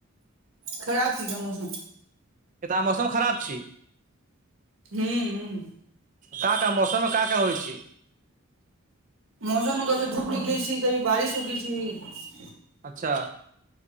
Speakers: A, on the right; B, on the right.
A: खराब छी का मौसम
B: एतऽ मौसम खराब छी
A: ह ह
B: का का मौसम का का होइ छै
A: मौसम मे कभी धूप निकलै छी कभी बारिश हो ग छी
B: अच्छा